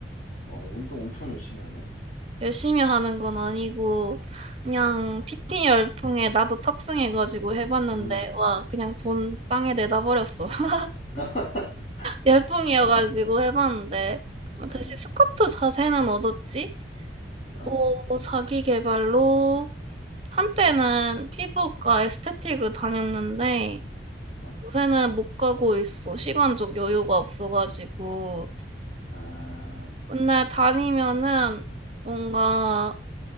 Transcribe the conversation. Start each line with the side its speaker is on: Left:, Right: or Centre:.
Left: 어, 운동 엄청 열심히 하네.
Right: 열심히 하는 건 아니고 그냥 PT 열풍에 나도 탑승해가지고 해봤는데
Left: 음.
Right: 와 그냥 돈 땅에 내다버렸어. <laughs>
Left: <laughs>
Right: 열풍이어가지고
Left: 아,
Right: 해봤는데
Left: 음.
Right: 다시 스쿼트 자세는 얻었지.
Left: 어,
Right: 또 자기 개발로 한때는 피부과 에스테틱을 다녔는데
Left: 어,
Right: 요새는 못 가고 있어. 시간적 여유가 없어가지고.
Left: 아,
Right: 근데 다니면은 뭔가